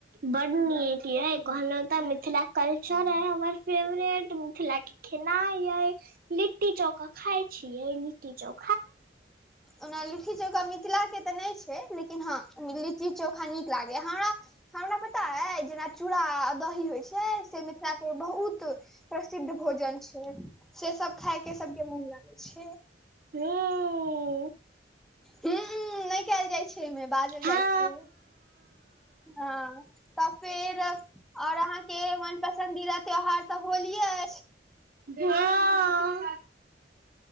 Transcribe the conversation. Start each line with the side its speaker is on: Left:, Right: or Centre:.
Right: बड नीक यै कहलहु तऽ मिथिला कल्चर अइ हमर फेवरेट मिथिला खेनाय यै लिट्टी चोखा खाय छीय लिट्टी चो
Centre: ओना लिट्टी चौका मिथिला के तऽ नहि छै। लेकिन हँ लिची चोखा नीक लागेया हमरा हमरा पता अइ जेना चूड़ा दही होइ छै से मिथिला के बहुत प्रसिद्ध भोजन छै से सब खाय के सबके मोन लागे छे।
Right: हुम्म।
Centre: हुम्म नहि कयल जाइ छै एहिमे बाजल
Right: हा
Centre: जाइ छै हँ। तऽ फेर और अहाँके मन पसन्दीदा त्यौहार तऽ होलिये अछि।
Right: हँ।